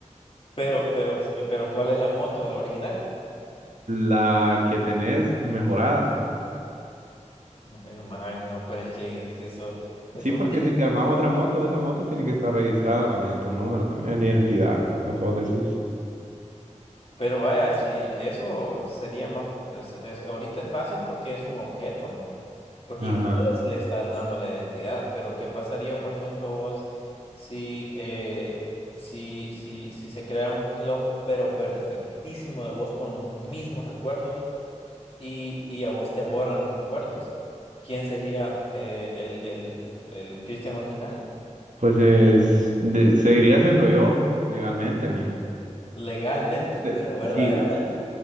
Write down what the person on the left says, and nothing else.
Pero, pero, pero, ¿cuál es la moto el original?
Eh, Man, no, pero es que, es que eso es
una.
Pero vaya, si eso sería más. es- es- ahorita es fácil porque es un objeto, man. Por-
y vos le estás dando la identidad. Pero, ¿qué pasaría, por ejemplo, vos si, eh, si, si, si se crea un clon, pero perfectísimo de vos con los mismos recuerdos y, y a vos te borran los recuerdos? ¿Quién sería eh, el, el, el Cristian original?
Legalmente,
pero verdaderamente.